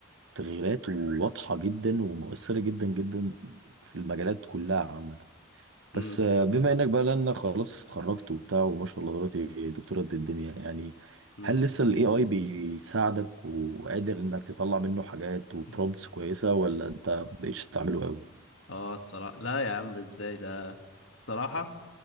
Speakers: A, on the right (about 65°); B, on the left (about 65°).
A: تغييرات واضحة جدا ومؤثرة جدا جدا في المجالات كلها عامة
B: مم.
A: بس آه، بما انك بقى لانك خلاص اتخرجت وبتاع وما شاء الله دلوقتي دكتورة قد الدنيا يعني
B: مم.
A: هل لسه الاي اي بيساعدك وقادر انك تطلع منه حاجات وبرومبتس
B: <laughs>
A: كويسة ولا انت مبقتش تستعمله قوي
B: اه الصراحة لا يا عم ازاي ده الصراحة